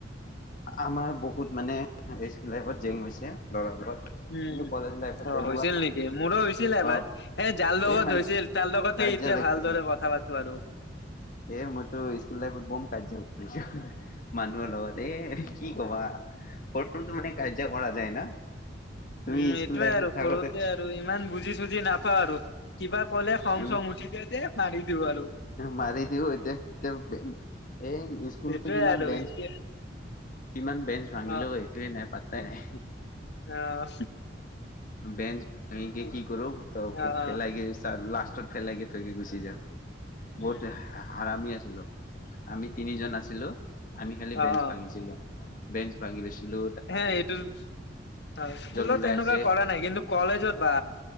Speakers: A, on the left; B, on the left.
A: আমাৰ বহুত মানে স্কুল লাইফত জেং হৈছে, ল'ৰাৰ লগত।
B: উম,
A: কিন্তু কলেজ লাইফত
B: অ'
A: তেনেকুৱা
B: হৈছিল নি? এ মোৰো হৈছিল এবাৰ,
A: অ
B: এ যাৰ লগত
A: এই মানছ
B: হৈছিল তাৰ লগতে
A: কাজিয়া
B: এতিয়া
A: লাগিছিল
B: ভালদৰে কথা পাতো আৰু।
A: এ মইতো স্কুল লাইফত বম কাজিয়া কৰিছো। মানুহৰ লগত এ কি কবা সৰুতো মানে কাজিয়া কৰা যায় না। তুমি
B: উম,
A: স্কুল
B: এইটোয়ে
A: লাইফত
B: আৰু
A: থাকোতে
B: সৰুতে আৰু ইমান বুজি চুজি নাপ পাও আৰু কিবা কলে খং-চং
A: উম
B: উঠি দিয়া যে মাৰি দিওঁ আৰু।
A: মাৰি দিও এতিয়া এতিয়া এ স্কুলতটো
B: সেইটোয়ে
A: কিমান
B: আৰু
A: বেঞ্চ
B: এতিয়া
A: কিমান বেঞ্চ ভাঙিলো,
B: অ',
A: এইেটোৱে নাই পাত্তাই নাই।
B: অ',
A: বেঞ্চ ভাঙি
B: অ',
A: কি কৰোঁ, <unintelligible>
B: অ',
A: <unintelligible> লাষ্টত ফেলাইকে থৈ কে গুচি যাওঁ।
B: উম।
A: বহুত হৰামি আছিলো, আমি তিনিজন আছিলো। আমি খালি
B: অ',
A: বেঞ্চ
B: অ',
A: ভাঙিছিলো, বেঞ্চ ভাঙি লৈছিলো।
B: হে এইটো অ' স্কুলত
A: ওলাই
B: এনেকুৱা
A: আছে
B: কৰা নাই। কিন্তু কলেজত বা